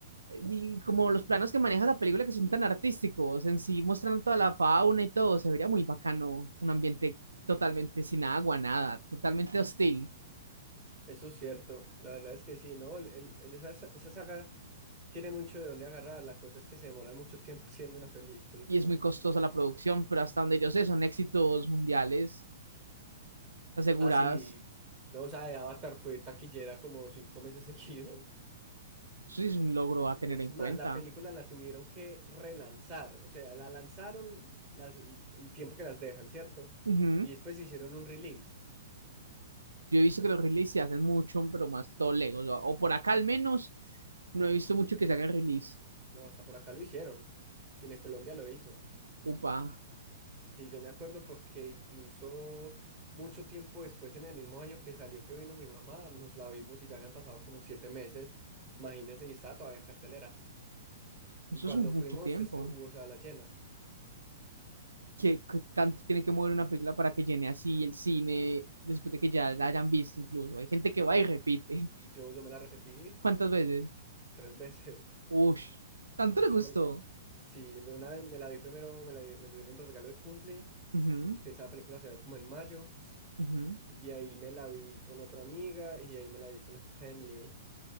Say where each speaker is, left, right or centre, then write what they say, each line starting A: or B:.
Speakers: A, on the right (about 80°); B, on the right (about 30°).
A: Y como los planos que maneja la película que son tan artísticos, en sí mostrando toda la fauna y todo, se vería muy bacano un ambiente totalmente sin agua, nada, totalmente hostil.
B: Eso es cierto, la verdad es que sí, ¿no? El- el- el- esa, esa saga tiene mucho de dónde agarrar, la cosa es que se demoran mucho tiempo <laughs> haciendo una película.
A: y es muy costosa la producción, pero hasta donde yo sé son éxitos mundiales aseguradas.
B: Ah, sí. No, o sea, de Avatar fue taquillera como cinco meses <laughs> seguidos.
A: Eso sí es un logro a tener
B: Es
A: en
B: más,
A: cuenta.
B: la película la tuvieron que relanzar. O sea, la lanzaron las, el tiempo que las dejan, ¿cierto?
A: Ujú.
B: Y después hicieron un release.
A: Yo he visto que los releases se hacen mucho, pero más que todo Legos, o, o por acá al menos, no he visto mucho que se hagan release.
B: No, hasta por acá lo hicieron. Cine Colombia lo hizo.
A: Upa,
B: Sí, yo me acuerdo porque incluso mucho tiempo después, en el mismo año que salió que vino mi mamá, nos la vimos y ya habían pasado como siete meses. Imagínense, y estaba todavía en cartelera.
A: eso
B: Y cuando
A: es un mucho
B: fuimos,
A: tiempo.
B: esto hubo sala llena.
A: ¿Qué, qué tanto tiene que mover una película para que llene así el cine después de que ya la hayan visto incluso? Hay gente que va y repite.
B: Yo, yo me la repetí
A: <laughs> ¿Cuántas veces?
B: tres veces.
A: Ush, tanto le
B: <laughs>
A: gustó.
B: Yo me- sí, me- una vez me la vi primero, me la, me lo dieron de regalo de cumple,
A: Ujú,
B: que esa película se ve como en mayo.
A: ujú.
B: De ahí me la vi con otra amiga y de ahí me la vi con la family.